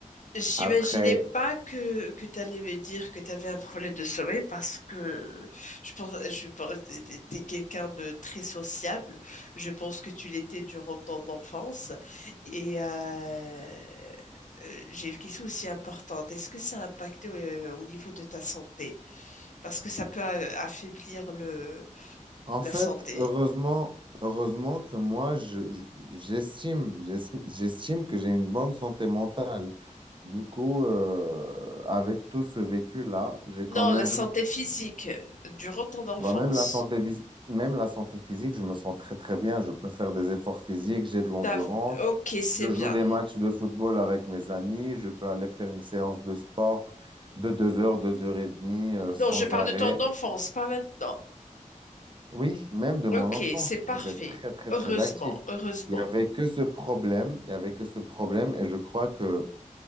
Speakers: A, on the left (about 70°); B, on the right (about 40°).
A: J'imaginais
B: Après,
A: pas que, que tu allais me dire que tu avais un problème de sommeil parce que je pense, je pense, t'es t'es- t'es quelqu'un de très sociable. Je pense que tu l'étais durant ton enfance. Et euh, euh, j'ai une question aussi importante. Est-ce que ça a impacté euh, au niveau de ta santé? Parce que ça peut euh, affaiblir le,
B: En
A: la
B: fait,
A: santé.
B: heureusement, heureusement que moi, je, je- j'estime, j'estime j'estime que j'ai une bonne santé mentale. Du coup, euh, avec tout ce vécu-là, j'ai quand
A: Non,
B: même,
A: la santé physique euh, durant ton enfance.
B: bah, même la santé, vis- même la santé physique, je me sens très très bien. Je peux faire des efforts physiques, j'ai de l'endurance.
A: T'as- Ok, c'est
B: Je
A: bien.
B: joue des matchs de football avec mes amis. Je peux aller faire une séance de sport de deux heures, deux heures et demie, euh, sans
A: Non, je parle
B: arrêt,
A: de ton enfance, pas maintenant.
B: Oui, même de
A: Ok,
B: mon enfance,
A: c'est parfait.
B: j'étais très, très,
A: Heureusement,
B: très actif.
A: heureusement.
B: Il n'y avait que ce problème, il n'y avait que ce problème, et je crois que,